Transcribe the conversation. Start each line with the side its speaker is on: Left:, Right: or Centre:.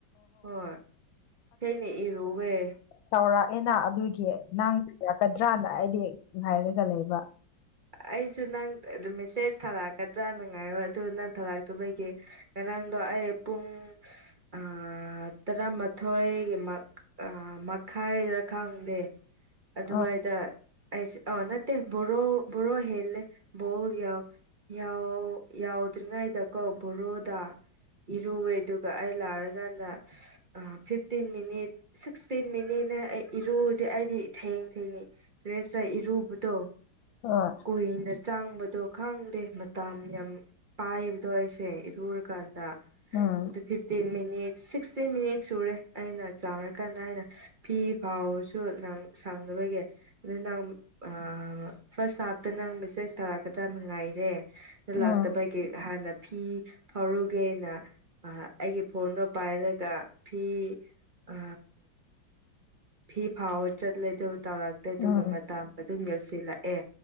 Right: ꯍꯣꯏ ꯊꯦꯡꯅ ꯏꯔꯨꯑꯦ
Left: ꯇꯧꯔꯥꯛꯑꯦꯅ ꯑꯗꯨꯒꯤ ꯅꯪ ꯇꯧꯔꯛꯀꯗ꯭ꯔꯥꯅ ꯑꯩꯗꯤ ꯉꯥꯏꯔꯒ ꯂꯩꯕ
Right: ꯑꯩꯁꯨ ꯅꯪ ꯃꯦꯁꯦꯖ ꯊꯥꯔꯛꯀꯗ꯭ꯔꯥꯅ ꯉꯥꯏꯕ ꯑꯗꯨ ꯅꯪ ꯊꯥꯔꯛꯇꯕꯒꯤ ꯉꯔꯥꯡꯗꯣ ꯑꯩ ꯄꯨꯡ ꯑ ꯇꯔꯥꯃꯥꯊꯣꯏꯒꯤꯃꯛ ꯑ ꯃꯈꯥꯏꯗꯔ ꯈꯪꯗꯦ ꯑꯗꯨꯋꯥꯏꯗ
Left: ꯑ
Right: ꯑꯩꯁꯦ ꯑ ꯅꯠꯇꯦ ꯕꯥꯔꯣ ꯕꯥꯔꯣ ꯍꯦꯜꯂꯦ ꯕꯣꯜ ꯌꯥꯎ ꯌꯥꯎ ꯌꯥꯎꯗ꯭ꯔꯤꯉꯩꯗ ꯀꯣ ꯕꯥꯔꯣꯗ ꯏꯔꯨꯑꯦ ꯑꯗꯨꯒ ꯑꯩ ꯂꯥꯛꯔꯀꯥꯟꯗ ꯑ ꯐꯤꯐꯇꯤꯟ ꯃꯤꯅꯤꯠ ꯁꯤꯛꯁꯇꯤꯟ ꯃꯤꯅꯤꯠꯅ ꯑꯩ ꯏꯔꯨꯗꯤ ꯑꯩꯗꯤ ꯊꯦꯡ ꯊꯦꯡꯅꯤ ꯔꯦꯁ ꯇ ꯏꯔꯨꯕꯗꯣ
Left: ꯍꯣꯏ
Right: ꯀꯨꯏꯅ ꯆꯪꯕꯗꯣ ꯈꯪꯗꯦ ꯃꯇꯝ ꯌꯥꯝ ꯄꯥꯏꯕꯗꯣ ꯑꯩꯁꯦ ꯏꯔꯨꯔꯀꯥꯟꯗ
Left: ꯎꯝ
Right: ꯑꯗꯨ fifteen minute six fifteen minute ꯁꯨꯔꯦ ꯑꯩꯅ ꯆꯥꯎꯔꯀꯥꯟꯗ ꯑꯩꯅ ꯐꯤ ꯐꯧꯕꯁꯨ ꯅꯪ ꯁꯪꯗꯕꯒꯤ ꯑꯗꯨ ꯅꯪ ꯑꯥ ꯐꯥꯔꯁ ꯍꯥꯞꯇ ꯅꯪ ꯃꯦꯁꯦꯁ ꯊꯥꯔꯛꯀꯗ꯭ꯔꯥꯅ ꯉꯥꯏꯔꯦ ꯑꯗꯨ
Left: ꯎꯝ
Right: ꯂꯥꯛꯇꯕꯩ ꯒꯤ ꯍꯥꯟꯅ ꯐꯤ ꯐꯧꯔꯨꯒꯦꯅ ꯑ ꯑꯩꯒꯤ ꯐꯣꯟꯗꯣ ꯄꯥꯏꯔꯒ ꯐꯤ ꯑ ꯐꯤ ꯐꯧꯕ ꯆꯠꯂꯦ ꯑꯗꯨ ꯇꯧꯔꯛꯇꯦ ꯑꯗꯨꯒ
Left: ꯎꯝ
Right: ꯃꯇꯝ ꯑꯗꯨꯝ ꯌꯧꯁꯤꯜꯂꯛꯑꯦ